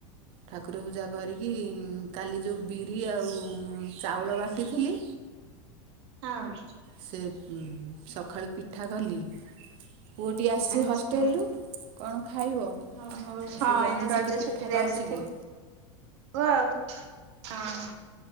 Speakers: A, on the right (about 35°); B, on the right (about 60°).
A: ଠାକୁର ପୂଜା କରିକି କି କାଲି ଯୋଉ ବିରି ଆଉ ଚାଉଳ ବାଟିଥିଲି
B: ହଁ।
A: ସେ ସଖାଳୁ ପିଠା କଲି। ପୁଅଟିି ଆସିଚି
B: ଆଛା
A: ହଷ୍ଟେଲରୁ କଣ ଖା ଖାଇବ
B: ଓହୋ ହଁ
A: ସେ ଯାହେଲେ
B: ଏଇନା ରଜ
A: ସେଠି ପିଠା
B: ଛୁଟିରେ
A: ପାଉଚି
B: ଆସିଥିବ
A: କି?
B: <unintelligible> ଆଉ ହଁ